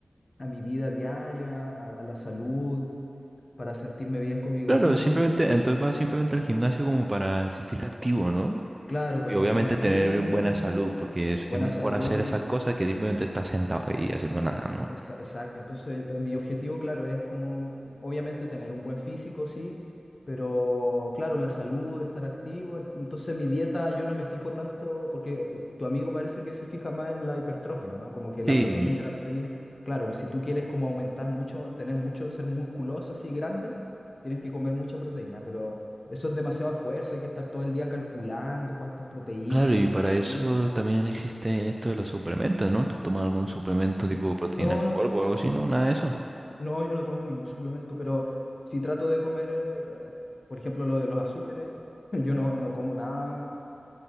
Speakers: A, on the left; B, on the right.
A: a mi vida diaria, a, a la salud, para sentirme bien conmigo
B: Claro,
A: mismo,
B: simplemente,
A: te- como,
B: entonces vas simplemente al gimnasio como para sentirte activo, ¿no?
A: claro, para
B: Y
A: sentirme
B: obviamente
A: activo,
B: tener buena salud, porque es,
A: buena
B: es mejor
A: salud.
B: hacer esas cosas que simplemente estar sentado ahí haciendo nada, ¿no?
A: Esa- Exacto, entonces eh, mi objetivo, claro, es como obviamente tener un buen físico, sí, pero claro, la salud, estar activo, en- entonces mi dieta yo no me fijo tanto, porque eh, tu amigo parece que se fija más en la hipertrofia, ¿no? Como que la
B: Sí,
A: proteína, la proteína, claro, si tú quieres como aumentar mucho, tener mucho, ser musculoso así grande, tienes que comer mucha proteína, pero eso es demasiado esfuerzo, hay que estar todo el día calculando cuántas proteínas
B: claro,
A: tienes
B: y para
A: que comer.
B: eso también existe esto de los suplementos, ¿no? ¿Tú tomas algún suplemento tipo proteína
A: No,
B: en
A: no.
B: polvo o algo así, no? Nada de eso.
A: No, yo no tomo ningún suplemento, pero si trato de comer, eh, por ejemplo, lo de los azúcares, <laughs> yo no, no como nada,